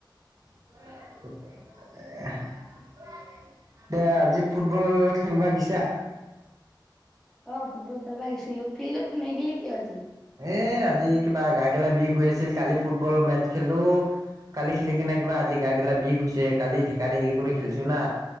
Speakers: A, on the right (about 45°); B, in the centre.
A: <unintelligible> <unintelligible> দে আজি ফুটবল খেলিবা গিছা?
B: অ ফুটবল খেলিব গিছিলো। ফিল্ডত নেগিলি কিয় আজি?
A: এ আজি কিবা গা গেলা বিষ হৈ আছিল কালি ফুটবল মেট খেলো। কালি খেলি কিনে কিবা আজি গা গিলা বিষ হৈছে কালি ঢেকা ঢেকী কৰি খেলছো না।